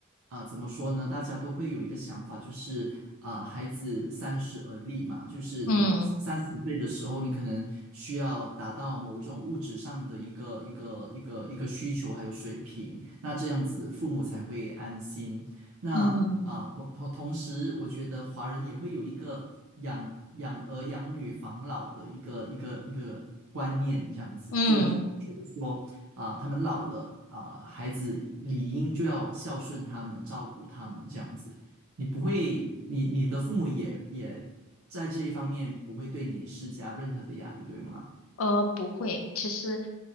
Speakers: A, on the right; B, on the left.
A: 啊、怎么说呢？大家都会有一个想法，就是啊、孩子三十而立嘛，就是你三十岁的时候，
B: 嗯
A: 你可能需要达到某种物质上的一个一个一个一个需求还有水平，那这样子父母才会安心。那啊，
B: 嗯
A: 同同同时，我觉得华人也会有一个养养儿养女防老的一个一个一个观念，这样子就是觉得说啊，
B: 嗯，
A: 他们老了啊，孩子理应就要孝顺他们，照顾他们这样子。你不会，你你的父母也也在这一方面不会对你施加任何的压力，对吗？
B: 呃，不会，其实，